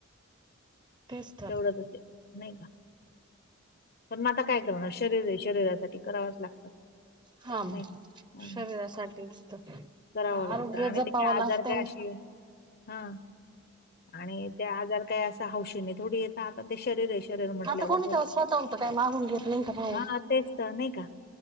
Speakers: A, on the right; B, on the left.
A: तेच तर
B: तेवढं ते नाही का प म आता काय करणार शरीर शरीरासाठी करावच लागतं
A: हम
B: नाही का? हं.
A: शरीरासाठीच तर
B: करावं
A: आरोग्य
B: लागतं
A: जपावं लागतय ना
B: असे हा आणि त्या आजार काय असा हौशीने थोडी येेत आता ते शरीर शरीर म्हटल्यावर
A: आता कोणी
B: थोडं
A: तेव्हा स्वतः होत काही मागून घेत नाही का भाऊून
B: हां, तेच तर नाही का?